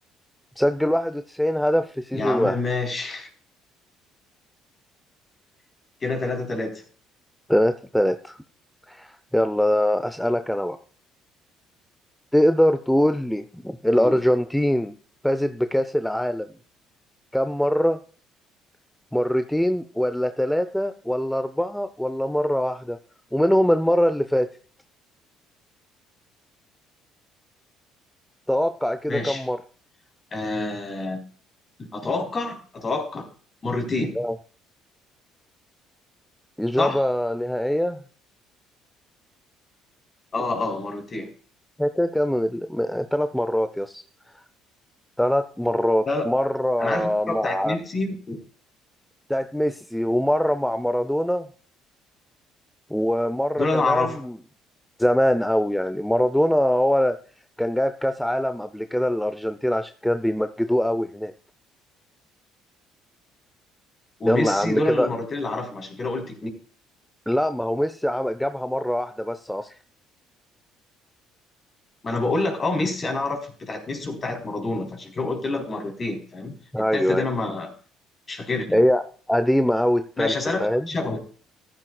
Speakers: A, in the centre; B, on the left.
A: مسجل 91 هدف في سيزون
B: يا عم
A: واحد
B: ماشي <laughs> كده 3 3
A: تلاتة تلاتة يلا أسألك أنا بقى تقدر تقول لي الأرجنتين
B: قول
A: فازت بكأس العالم كم مرة؟ مرتين ولا ثلاثة ولا أربعة ولا مرة واحدة؟ ومنهم المرة اللي فاتت توقع كده
B: ماشي
A: كم مرة؟
B: آه، اتوقع اتوقع مرتين
A: آه. إجابة
B: صح
A: نهائية؟
B: اه اه مرتين
A: هي كده كام من ثلاث مرات يس ثلاث مرات
B: لا لا
A: مرة
B: انا عارف الكوره
A: مع
B: بتاعت ميسي
A: بتاعت ميسي ومرة مع مارادونا ومرة
B: دول
A: كمان
B: انا اعرفها
A: زمان أوي يعني مارادونا هو كان جايب كأس عالم قبل كده للأرجنتين عشان كده بيمجدوه أوي هناك
B: وميسي
A: يلا يا عم
B: دول
A: كده
B: انا المرتين اللي اعرفهم عشان كده قلت اتنين
A: لا ما هو ميسي عم- جابها مرة واحدة بس أصلا
B: ما انا بقول لك اه ميسي انا اعرف بتاعت ميسي وبتاعت مارادونا فعشان كده قلت لك مرتين فاهم
A: أيوه
B: التالتة دي
A: أيوه
B: انا ما مش فاكرها
A: هي قديمة أوي التالتة
B: ماشي هسألك
A: فاهم
B: سؤال شبهه